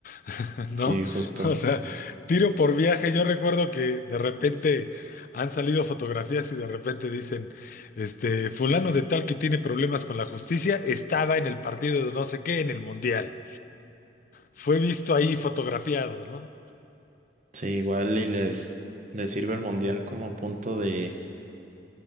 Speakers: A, on the left; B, on the right.
A: <laughs> ¿no?
B: Sí, justo.
A: O sea, tiro por viaje. Yo recuerdo que de repente han salido fotografías y de repente dicen, este, fulano de tal que tiene problemas con la justicia estaba en el partido de no sé qué en el mundial. Fue visto ahí fotografiado, ¿no?
B: Sí, igual y les, les sirve el mundial como punto de,